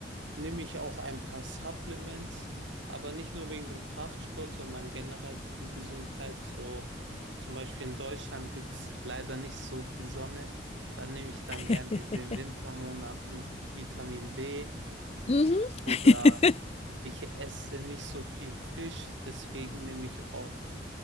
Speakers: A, on the right (about 80°); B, on the left (about 35°).
A: nehme ich auch ein paar Supplements, aber nicht nur wegen dem Kraftsport, sondern generell für die Gesundheit. So zum Beispiel in Deutschland gibt es leider nicht so viel Sonne. Da nehme ich dann
B: <laughs>
A: gerne in den Wintermonaten Vitamin D
B: mhm,
A: oder
B: <laughs>
A: Ich esse nicht so viel Fisch, deswegen nehme ich oft